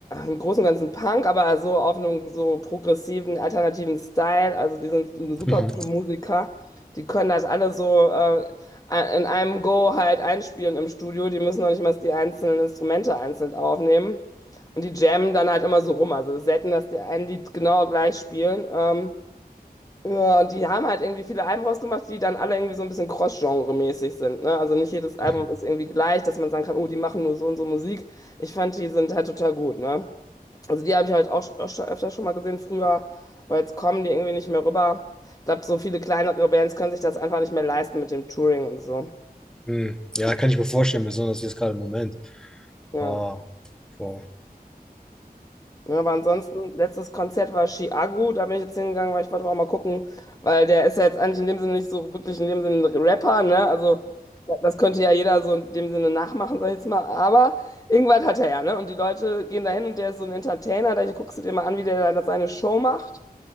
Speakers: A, on the left; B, in the centre.
A: im Großen und Ganzen Punk, aber so auf einem so progressiven, alternativen Style. Also die sind super
B: Mhm.
A: gute Musiker. Die können das alle so äh, in einem Go halt einspielen im Studio. Die müssen noch nicht mal die einzelnen Instrumente einzeln aufnehmen. Und die jammen dann halt immer so rum. Also es ist selten, dass die ein Lied genau gleich spielen. Ähm, ja, und die haben halt irgendwie viele Alben rausgemacht, die dann alle irgendwie so ein bisschen Cross-Genre-mäßig sind, ne? Also nicht jedes Album
B: Mhm.
A: ist irgendwie gleich, dass man sagen kann, oh, die machen nur so und so Musik. Ich fand, die sind halt total gut, ne? Also die habe ich halt auch sch- öfter schon mal gesehen früher, aber jetzt kommen die irgendwie nicht mehr rüber. Ich glaube, so viele kleinere Bands können sich das einfach nicht mehr leisten mit dem Touring und so.
B: Mhm. Ja, kann ich mir vorstellen, besonders jetzt gerade im Moment.
A: Ja.
B: Oh, boah.
A: Ja, aber ansonsten, letztes Konzert war Chiago, da bin ich jetzt hingegangen, weil ich wollte auch mal gucken, weil der ist ja jetzt eigentlich in dem Sinne nicht so wirklich in dem Sinne ein Rapper, ne? Also ja, das könnte ja jeder so in dem Sinne nachmachen, sag ich jetzt mal, aber irgendwas hat er ja, ne? Und die Leute gehen da hin und der ist so ein Entertainer, da guckst du dir mal an, wie der da seine Show macht.